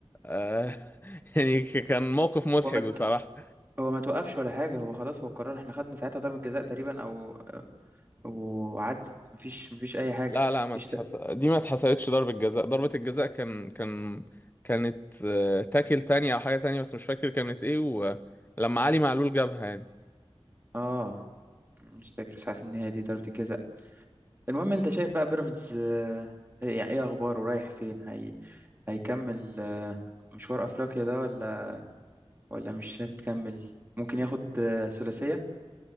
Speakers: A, on the left; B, on the right.
A: آه <laughs> يعني ك- كان موقف مضحك
B: هو ما ت-
A: بصراحة
B: هو ما توقفش ولا حاجه هو خلاص هو قرر احنا خدنا ساعتها ضربه جزاء تقريبا او وعدت مفيش مفيش اي حاجه
A: لا لا ما
B: مفيش
A: اتحس...
B: تق...
A: دي ما اتحسبتش ضربة جزاء ضربة الجزاء كان كان كانت آه، تاكل تانية أو حاجة تانية بس مش فاكر كانت إيه ولما علي معلول جابها يعني
B: اه مش فاكر بس حاسس ان هي دي ضربه الجزاء المهم انت شايف بقى بيراميدز آه، يعني ايه اخباره رايح فين هي هيكمل آه، مشوار افريقيا ده ولا ولا مش هتكمل ممكن ياخد آه، ثلاثيه